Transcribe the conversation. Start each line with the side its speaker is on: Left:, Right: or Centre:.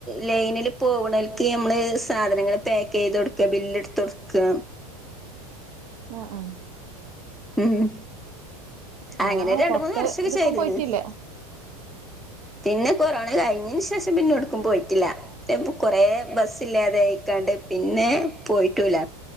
Centre: ലൈനില് പോക്ണേൽക്ക് നമ്മള് സാധനങ്ങള് പാക്കയ്ത് കൊട്ക്ക ബില്ല്ട് ത്തൊട്ക്ക
Right: ആഹ് ആഹ്
Centre: ഉം
Right: ഞാനങ്ങനെ
Centre: അങ്ങനെ രണ്ട്
Right: പൊറത്ത്
Centre: മൂന്ന് വർഷെക്കെ
Right: ഇത്ക്കും
Centre: ചെയ്ത്ണ്
Right: പോയിട്ടില്ല
Centre: പിന്നെ കൊറോണ കഴിഞ്ഞിന് ശേഷം പിന്നെടുക്കും പോയിട്ടില്ല ഇപ്പ കൊറെ ബസ്സില്ലാതായിക്കാണ്ട് പിന്നെ പോയിട്ടൂല്ല